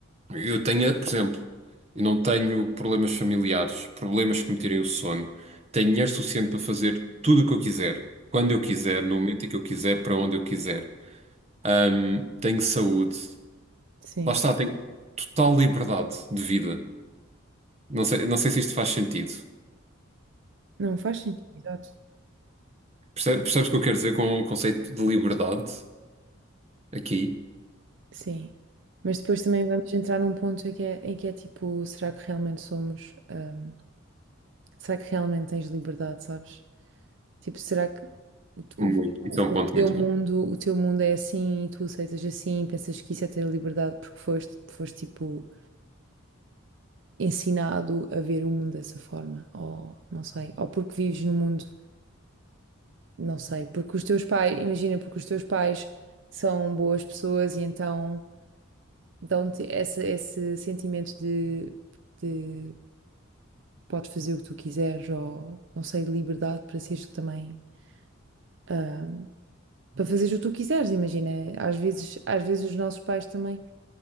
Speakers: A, on the right; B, on the right.
A: eu tenho, por exemplo, eu não tenho problemas familiares, problemas que me tirem o sono. Tenho dinheiro suficiente para fazer tudo o que eu quiser, quando eu quiser, no momento em que eu quiser, para onde eu quiser. Ahm, tenho saúde.
B: Sim.
A: Lá está, tenho total liberdade de vida. Não sei, não sei se isto faz sentido.
B: Não faz sentido, exato.
A: Perce- Percebes o que eu quero dizer com o conceito de liberdade aqui?
B: Sim. Mas depois também vamos entrar num ponto em que é, em que é tipo, será que realmente somos, hum, será que realmente tens liberdade, sabes? Tipo, será que o, tu-
A: Muito. Isso
B: o-
A: é um ponto
B: o teu
A: muito
B: mundo,
A: bom.
B: o teu mundo é assim e tu aceitas assim, pensas que isso é ter liberdade porque foste, foste tipo ensinado a ver o mundo dessa forma, ou não sei, ou porque vives num mundo Não sei, porque os teus pais, imagina, porque os teus pais são boas pessoas e então dão-te esse, esse sentimento de, de podes fazer o que tu quiseres ou, não sei, de liberdade para seres também, ah, para fazeres o que tu quiseres, imagina. Às vezes, às vezes os nossos pais também